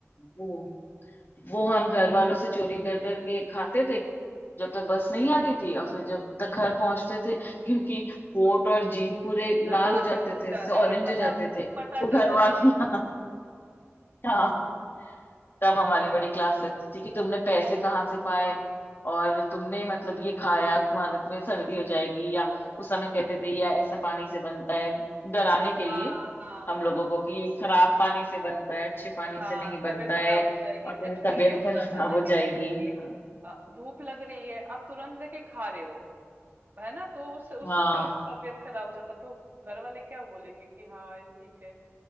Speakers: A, on the left; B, on the right.
A: वो वो हम घर वालों से चोरी कर करके खाते थे जब तक बस नहीं आती थी और फिर जब तक घर पहुंचते थे क्योंकि होंठ और जीभ पूरे
B: हाँ
A: लाल हो
B: लाल
A: जाते
B: हो
A: थे
B: जाते
A: इससे ऑरेंज
B: थे पता
A: हो जाते थे
B: पता
A: तो
B: चल
A: घर
B: जाता
A: वाले <laughs> हाँ तब हमारी बड़ी क्लास लगती थी कि तुमने पैसे कहाँ से पाए और तुमने मतलब ये खाया तुम्हारे तुम्हें सर्दी हो जाएगी या उस समय कहते थे या ऐसा पानी से बनता है डराने के
B: हाँ
A: लिए
B: हाँ
A: हम
B: हाँ
A: लोगों को कि ये खराब पानी से बनता है अच्छे पानी
B: हाँ
A: से नहीं बनता
B: तबीयत
A: है
B: खराब हो जाएगी
A: और तुम्हारी
B: एक्चुअली
A: तबीयत
B: ये होता
A: खराब
B: था ना
A: हो
B: कि
A: जाएगी
B: जैसे कि
A: हाँ
B: अ, धूप लग रही है आप तुरंत लेके खा रहे हो है ना तो उससे उससे
A: हाँ
B: थोड़ा सा तबीयत खराब हो जाता तो घर वाले क्या बोलेंगे कि हाँ ये ठीक है